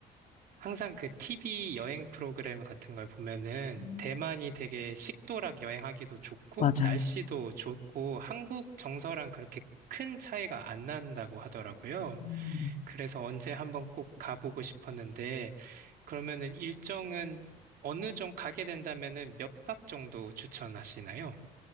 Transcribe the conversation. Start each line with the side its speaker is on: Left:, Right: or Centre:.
Right: 항상 그 TV 여행 프로그램 같은 걸 보면은
Left: 음.
Right: 대만이 되게 식도락 여행하기도 좋고
Left: 맞아요.
Right: 날씨도 좋고 한국 정서랑 그렇게 큰 차이가 안 난다고 하더라고요.
Left: 음.
Right: 그래서 언제 한번 꼭 가보고 싶었는데 그러면은 일정은 어느 정도 가게 된다면은 몇 박 정도 추천하시나요?